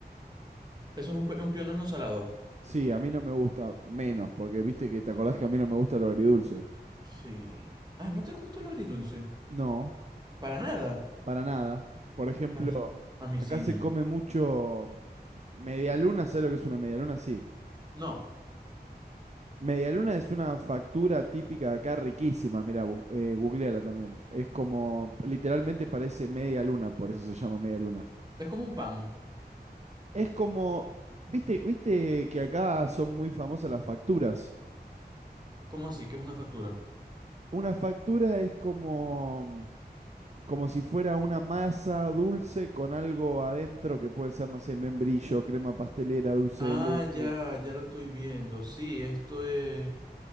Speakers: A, on the right; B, on the right.
A: Eso es un, pe- un pionono salado.
B: Sí, a mí no me gusta menos, porque viste que te acordás que a mí no me gusta lo agridulce.
A: Sí. Ah, ¿no te gusta lo agridulce?
B: No,
A: Para nada.
B: para nada. Por ejemplo,
A: A mí, a mí
B: acá
A: sí,
B: se
A: men.
B: come mucho medialuna, ¿sabes lo que es una medialuna? Sí.
A: No.
B: Medialuna es una factura típica de acá riquísima, mira, eh, googleala también. Es como, literalmente parece media luna, por eso se llama media luna.
A: Es como un pan.
B: Es como, viste, viste que acá son muy famosas las facturas.
A: ¿Cómo así? que es una factura?
B: Una factura es como, como si fuera una masa dulce con algo adentro que puede ser, no sé, membrillo, crema pastelera, dulce
A: Ah,
B: de leche.
A: ya, ya lo estoy viendo. Sí, esto es,